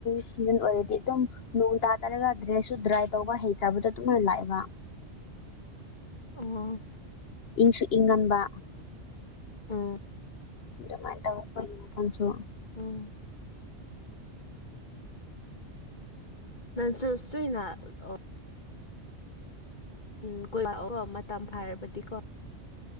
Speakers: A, on the left; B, on the left.
A: ꯁꯤꯖꯟ ꯑꯣꯏꯔꯗꯤ ꯑꯗꯨꯝ ꯅꯣꯡ ꯇꯥ ꯇꯔꯒ ꯗ꯭ꯔꯦꯁꯁꯨ ꯗ꯭ꯔꯥꯏ ꯇꯧꯕ ꯍꯩꯇ꯭ꯔꯕꯗꯣ ꯑꯗꯨꯃꯥꯏꯅ ꯂꯥꯛꯑꯦꯕ
B: ꯑꯣ
A: ꯏꯪꯁꯨ ꯏꯪꯒꯥꯟꯕ
B: ꯎꯝ
A: ꯑꯗꯨꯃꯥꯏꯅ ꯇꯧ ꯑꯩꯈꯣꯏꯒꯤ ꯃꯐꯝꯁꯨ
B: ꯑꯣ ꯅꯟꯁꯨ ꯁ꯭ꯔꯤꯅꯥ ꯑꯣ ꯎꯝ ꯀꯣꯏ ꯂꯥꯛꯑꯣ ꯃꯇꯝ ꯐꯥꯔꯕꯗꯤ ꯀꯣ